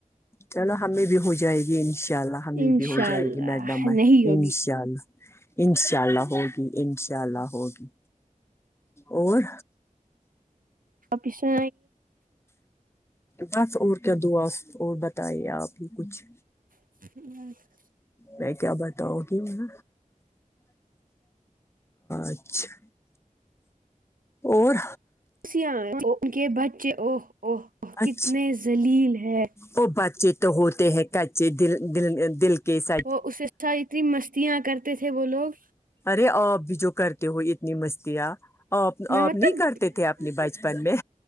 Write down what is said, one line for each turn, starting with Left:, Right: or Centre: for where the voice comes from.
Left: چلو ہمیں بھی ہو جائے گی انشاء اللہ ہمیں
Right: انشاء
Left: بھی ہو جائے
Right: اللہ
Left: گی میڈم
Right: نہیں ہوگی
Left: انشاء اللہ انشاء اللہ ہوگی انشاء اللہ ہوگی اور
Right: پس آ
Left: بس اور کیا دعا اور بتائیے آپ ہی کچھ
Right: ا
Left: میں کیا بتاؤں گی م اچھا اور
Right: خوشیا ان کے بچے اوہ اوہ اوہ کتنے
Left: اچھا
Right: ذلیل ہیں
Left: وہ بچے تو ہوتے ہیں کچے دل د دل کے س
Right: وہ اس اتنی مستیاں کرتے تھے وہ لوگ
Left: ارے ا اب بھی جو کرتے ہو اتنی مستی آ آ
Right: میں
Left: آپ
Right: مطلب
Left: نہیں کرتے تھے اپنے بچپن میں